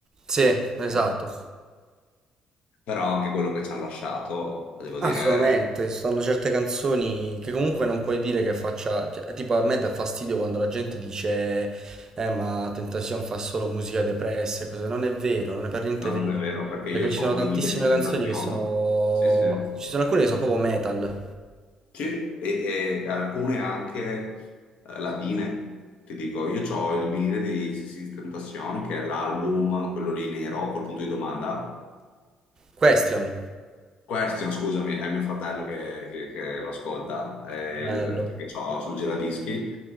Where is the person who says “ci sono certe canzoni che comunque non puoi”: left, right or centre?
Right